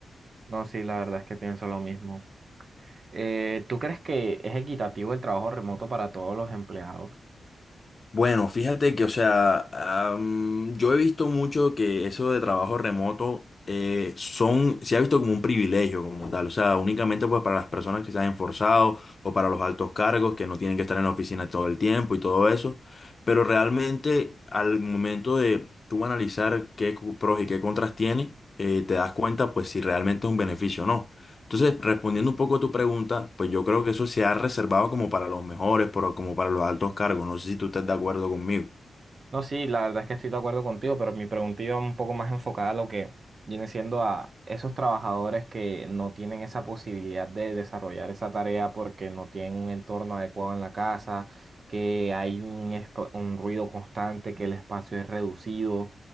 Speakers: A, on the right; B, on the left.
A: No, sí, la verdad es que pienso lo mismo. Eh, ¿tú crees que es equitativo el trabajo remoto para todos los empleados?
B: Bueno, fíjate que, o sea, am, yo he visto mucho que eso de trabajo remoto eh, son, se ha visto como un privilegio como tal, o sea, únicamente pues para las personas que se han esforzado o para los altos cargos que no tienen que estar en la oficina todo el tiempo y todo eso, pero realmente al momento de tú analizar qué cu- pros y qué contras tiene, eh, te das cuenta pues si realmente es un beneficio o no. Entonces, respondiendo un poco a tu pregunta, pues yo creo que eso se ha reservado como para los mejores, pero como para los altos cargos. No sé si tú estás de acuerdo conmigo.
A: No, sí, la verdad es que estoy de acuerdo contigo, pero mi pregunta iba un poco más enfocada a lo que viene siendo a esos trabajadores que no tienen esa posibilidad de desarrollar esa tarea porque no tienen un entorno adecuado en la casa, que hay un, esp- un ruido constante, que el espacio es reducido,